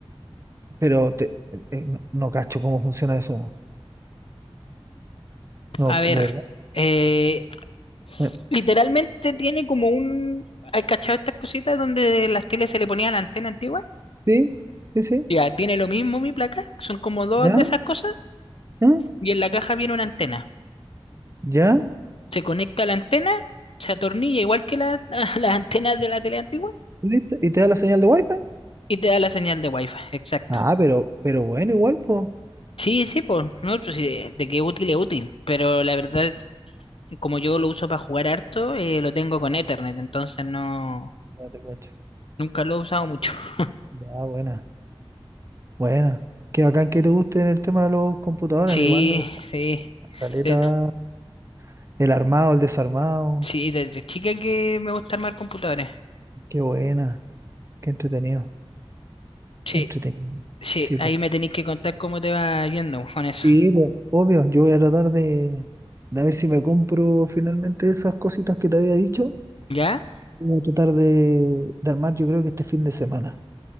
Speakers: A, on the right; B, on the left.
A: Pero te, eh, eh, no, no cacho cómo funciona eso. No,
B: A ver,
A: de verdad.
B: eh,
A: Eh,
B: literalmente tiene como un... ¿Hay cachado estas cositas donde las teles se le ponía la antena antigua?
A: Sí, sí, sí.
B: Ya, tiene lo mismo mi placa, son como dos
A: ¿Ya?
B: de esas cosas
A: ¿Ah?
B: y en la caja viene una antena.
A: ¿Ya?
B: Se conecta a la antena, se atornilla igual que la- <laughs> las antenas de la tele antigua
A: ¿Listo? ¿Y te da la señal de Wi-Fi?
B: y te da la señal de wifi, exacto.
A: Ah, pero, pero bueno, igual, pues.
B: Sí, sí, pues, no, pues, sí, de, de que útil es útil, pero la verdad como yo lo uso para jugar harto, eh, lo tengo con Ethernet, entonces no,
A: Ya te cacho.
B: nunca lo he usado mucho. <laughs>
A: Ya, buena, buena. Qué bacán que te guste el tema de los computadores.
B: Sí,
A: A mí igual me gusta
B: sí.
A: caleta.
B: De-
A: El armado, el desarmado.
B: sí, desde chica que me gusta armar computadores.
A: Qué buena. Qué entretenido.
B: Sí,
A: Qué entretenido.
B: sí,
A: Sí,
B: ahí
A: pues.
B: me tenéis que contar cómo te va yendo con eso.
A: Sí, pues. Obvio, yo voy a tratar de, de ver si me compro finalmente esas cositas que te había dicho.
B: ¿Ya?
A: Voy a tratar de, de armar, yo creo que este fin de semana.